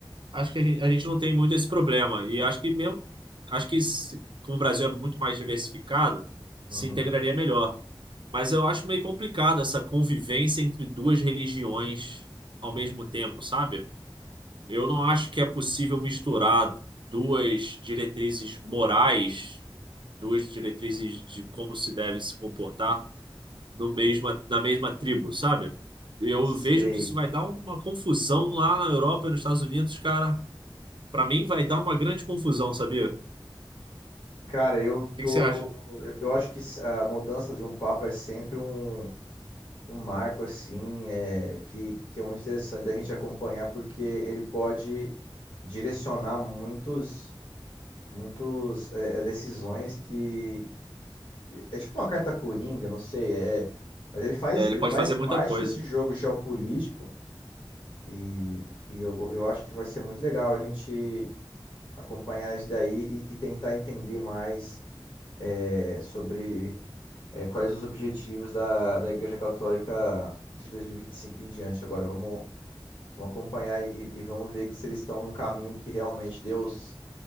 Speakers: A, on the right (about 60°); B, on the left (about 65°).
A: acho que a gente, a gente não tem muito esse problema. E acho que mesmo, acho que se- como o Brasil é muito mais diversificado,
B: Uhum.
A: se integraria melhor. Mas eu acho meio complicado essa convivência entre duas religiões ao mesmo tempo, sabe? Eu não acho que é possível misturar duas diretrizes morais, duas diretrizes de como se deve se comportar do mesma, da mesma tribo, sabe? Eu
B: Sei.
A: vejo que isso vai dar uma confusão lá na Europa e nos Estados Unidos, cara. Pra mim vai dar uma grande confusão, sabia? O
B: Cara, eu
A: que
B: tô.
A: que você acha?
B: Eu eu acho que a mudança de um papa é sempre um, um marco, assim, é, que, que é muito interessante da gente acompanhar, porque ele pode direcionar muitos. muitos é, é, decisões que é tipo uma carta coringa, não sei, é, mas ele faz
A: É,
B: ele
A: ele pode
B: faz
A: fazer
B: parte
A: muita coisa.
B: desse jogo geopolítico e, e eu, eu acho que vai ser muito legal a gente acompanhar isso daí e, e tentar entender mais é, sobre é, quais os objetivos da, da Igreja Católica de 2025 em diante. Agora vamos, vamos acompanhar e, e vamos ver que se eles estão num caminho que realmente Deus